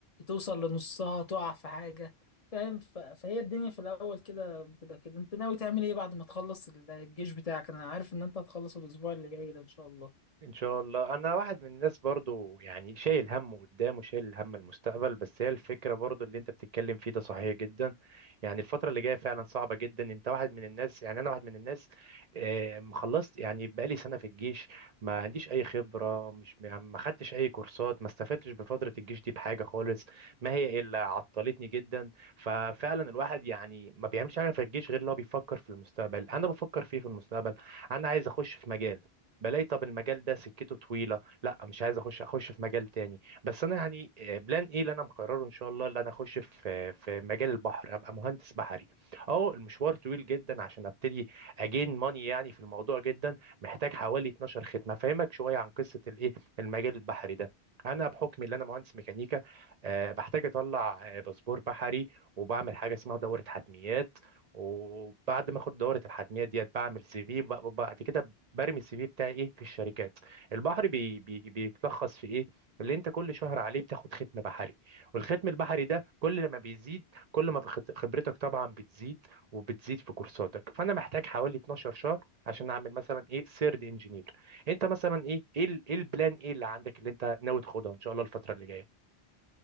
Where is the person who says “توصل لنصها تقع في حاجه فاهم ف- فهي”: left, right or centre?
Left